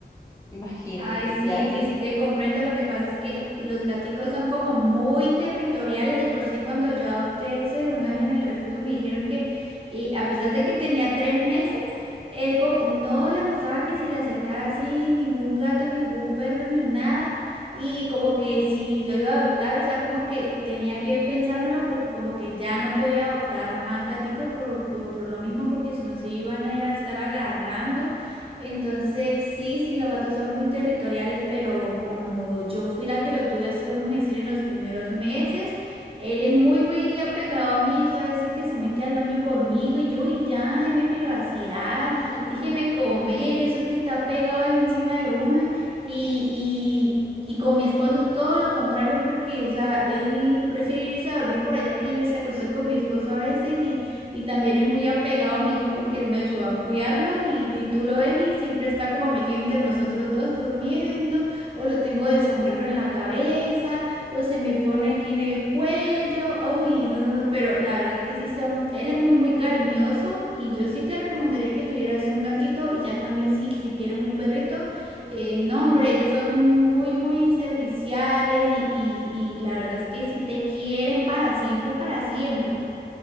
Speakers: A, on the left; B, on the right.
A: Imagínate.
B: Ay, sí,
A: Y ahí
B: te, sí, te comprendo. Lo que pasa es que los gaticos son como muy territoriales. De por sí, cuando yo adopté ese una vez en el refugio, me dijeron que, y a pesar de que tenía tres meses, él co- no le gustaba que se le acercara así ningún gato, ningún perro, ni nada. Y como que si lo iba a adoptar, o sea, como que tenía que pensármelo porque como que ya no podía adoptar más gaticos por, por, por lo mismo, porque si no se iban a ir a estar agarrando. Entonces, sí, sí, los gatos son muy territoriales, pero como yo fui la que lo tuve, así vamos a decir, en los primeros meses, él es muy, muy apegado a mí, eso a veces que se mete al baño conmigo y yo, y ya, deme privacidad,
A: <laughs>
B: déjeme comer, eso que está pegado encima de uno, y, y, y con mi esposo es todo lo contrario, porque, o sea, él prefiere irse a dormir por allá que irse a acostar con mi esposo a veces, y y también es muy apegado a mi hijo porque él me ayuda a cuidarlo y, y tú lo ves y siempre está como metido entre nosotros dos durmiendo o lo tengo de sombrero en la cabeza o se me pone aquí en el cuello. Ay, no, no, no, pero la verdad es que sí son, él es muy, muy cariñoso y yo sí te recomendaría que tuvieras un gatito y ya también si, si quieres un perrito. Eh, no, hombre, ellos son muy, muy serviciales y, y y la verdad es que sí te quieren para siempre, para siempre.